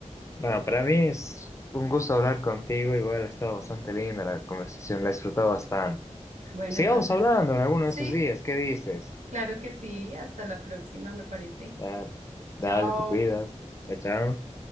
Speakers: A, on the left; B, on the right.
A: Bueno, para mí es un gusto hablar contigo. Igual ha estado bastante linda la conversación, la he disfrutado bastante.
B: Bueno,
A: Sigamos
B: entonces,
A: hablando en alguno
B: sí,
A: de estos días. ¿Qué dices?
B: claro que sí. Hasta la próxima, me parece.
A: Dale, dale,
B: Chao.
A: te cuidas. Chao, chao.